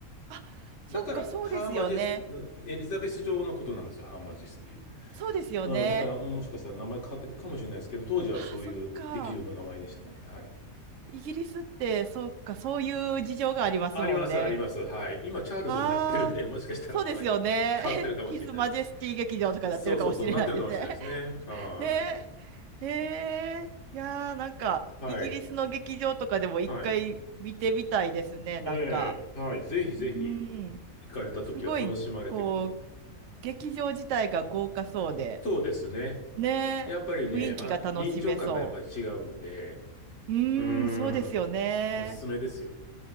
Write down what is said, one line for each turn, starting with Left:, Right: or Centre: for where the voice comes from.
Right: あ、そっか、
Left: だから、
Right: そうですよね。
Left: ハーマジェスティ、エリザベス女王のことなんですよ、ハーマジェスティ
Right: そうですよね。
Left: うん、だからもしかしたら名前変わってるかもしれないですけど、当時はそういう劇場の名前でしたね。
Right: あ、そっか。
Left: はい。
Right: イギリスって、そっか、そういう事情がありますもんね。
Left: あります、あります。はい。今、チャールズになってるんで、
Right: ああ、
Left: もしかしたら名前
Right: そうですよね。
Left: 変わってるかもしれない。
Right: <laughs> ヒズ・マジェスティ劇場とかやってるかもしれないですね。
Left: そうそうそう、なってるかもしれないですね。は
Right: <laughs> ねえ。えー、いやー、なんか、
Left: い。はい。
Right: イギリスの劇場とかでも一回見てみたいですね。
Left: はい。
Right: なんか、
Left: ええ、はい。ぜひぜひ、
Right: うん、
Left: 行かれた時は楽しまれてください。
Right: すごい、こう、劇場自体が豪華そうで、
Left: そうですね。
Right: ねえ、
Left: やっぱりね、
Right: 雰囲気が楽しめそう。
Left: あ、臨場感がやっぱり違うんで、
Right: うーん、
Left: うー
Right: そうですよね。
Left: ん、おすすめですよ。